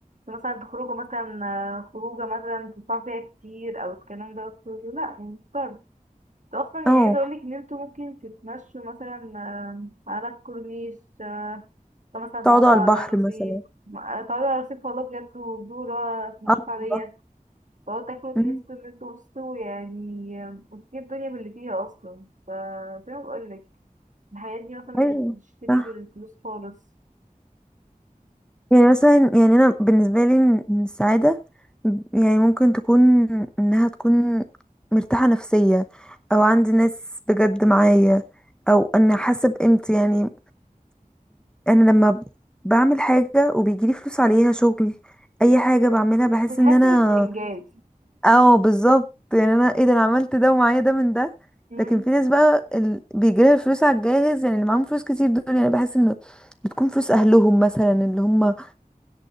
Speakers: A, on the right (about 60°); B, in the centre.
A: مثلا تخرجوا مثلا آه، خروجة مثلا تدفعوا فيها كتير او الكلام ده كله لا يعني مش شرط انتوا اصلا يعني
B: اه
A: عايزة اقولك ان انتوا ممكن تتمشوا مثلا آه، على الكورنيش آه، مثلا
B: تقعدوا
A: تقعدوا على
B: على البحر
A: الرصيف
B: مثلا
A: تقعدوا على الرصيف والله بجد وبيقولوا سندوتشات
B: اه
A: عادية
B: والله
A: تقعد تاكل وتحس
B: أمم،
A: ان انتوا بصوا يعني وتجيب الدنيا باللي فيها اصلا فزي ما بقولك الحياة دي مثلا
B: ايوه
A: مش بتشتري
B: صح
A: بالفلوس خالص
B: يعني مثلا يعني انا بالنسبه لي إن إن السعاده يعني ممكن تكون انها تكون مرتاحه نفسيه او عندي ناس بجد معايا او ان حاسه بقيمتي يعني انا لما بعمل حاجه وبيجيلي فلوس عليها شغل اي حاجه بعملها بحس
A: بتحس
B: ان انا
A: بإنجاز
B: اه بالظبط يعني انا ايه ده انا عملت ده ومعايا ده من ده
A: <laughs> مم،
B: لكن في ناس بقى ال... بيجيلها الفلوس على الجاهز يعني اللي معاهم فلوس كتير دول يعني بحس انه بتكون فلوس اهلهم مثلا اللي هم